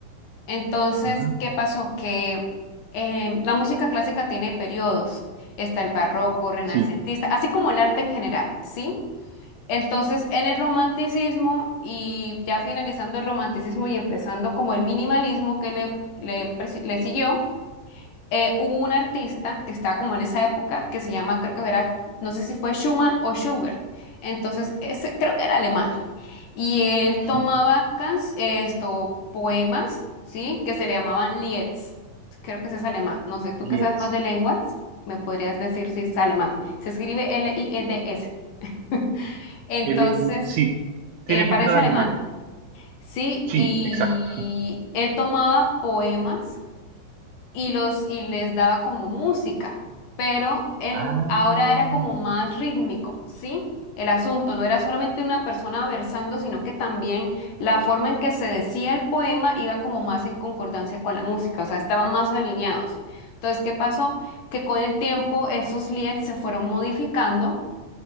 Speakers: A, on the left (about 70°); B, on the right (about 75°).
A: Entonces,
B: ujú,
A: ¿qué pasó? Que em, la música clásica tiene periodos. Está el barroco, renacentista,
B: Sí,
A: así como el arte en general, ¿sí? Entonces, en el romanticismo y ya finalizando el romanticismo y empezando como el minimalismo que le, le, presi- le siguió, eh, hubo un artista que estaba como en esa época que se llama, creo que era, no sé si fue Schumann o Schubert. Entonces, ese creo que era alemán. Y él
B: <laughs>
A: tomaba can- esto, poemas, ¿sí? Que se le llamaban Lieds. Creo que ese es alemán. No sé, tú
B: Lietz.
A: que sabes más de lenguas, me podrías decir si es alemán. Se escribe L-I-E-D-S. <laughs> Entonces,
B: L I- sí, tiene
A: eh,
B: pinta
A: parece
B: de
A: alemán,
B: alemán.
A: ¿sí?
B: Sí,
A: Y
B: exacto.
A: él tomaba poemas y los y les daba como música, pero él
B: Ah,
A: ahora era como más rítmico, ¿sí? El asunto no era solamente una persona versando, sino que también la forma en que se decía el poema iba como más en concordancia con la música, o sea, estaban más alineados. Entonces, ¿qué pasó? Que con el tiempo esos lieds se fueron modificando